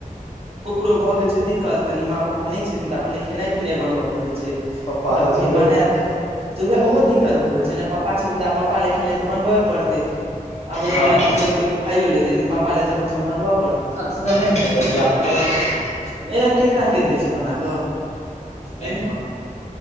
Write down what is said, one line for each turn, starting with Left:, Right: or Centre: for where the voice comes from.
Right: ओकरो भए गेल छै, दिक्कत कनि माँ पापा नहि छथिन तऽ अपने खेनाई पिनाई बनबय पड़ै छै।
Left: पप्पा तऽ
Right: अपने
Left: छलै
Right: बनेत।
Left: एखन
Right: तऽ उएह ओहो दिक्कत भऽ गेल छै, ने पप्पा छै तऽ आ पप्पा खेनाई तऽ बनबये पड़तै। अपने
Left: हँ
Right: मानिके
Left: हँ
Right: चलूके तो खाइयो लेते लेकिन पप्पा ले कम से कम बनबै।
Left: अी सभ नहि है दियद आ सभ
Right: ए केकराके दै छै बना कऽ
Left: <unintelligible> हमरा
Right: उं